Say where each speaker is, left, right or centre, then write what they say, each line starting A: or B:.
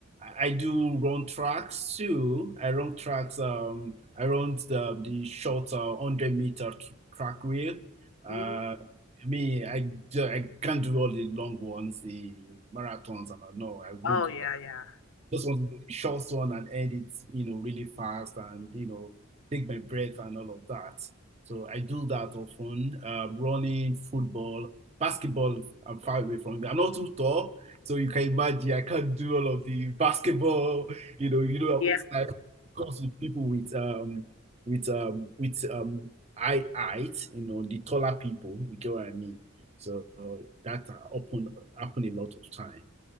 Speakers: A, on the right; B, on the left.
A: I do run tracks too. I run tracks. Um, I run the, um, the short uh, 100 meter tr- track wheel. Uh,
B: Mhm.
A: I mean, I, ju- I can't do all the long ones, the marathons, and all. no, I won't
B: Oh,
A: do
B: yeah, yeah.
A: just want to do the short one and edit, you know, really fast and, you know, take my breath and all of that. So I do that often. Um, running, football, basketball, I'm far away from it. I'm not too tall. So you can imagine I can't do all of the basketball, you know, you know,
B: Yeah.
A: most times it comes with people with um with um with um eye height, you know, the taller people, you get what I mean? So uh, that happen happen a lot of time.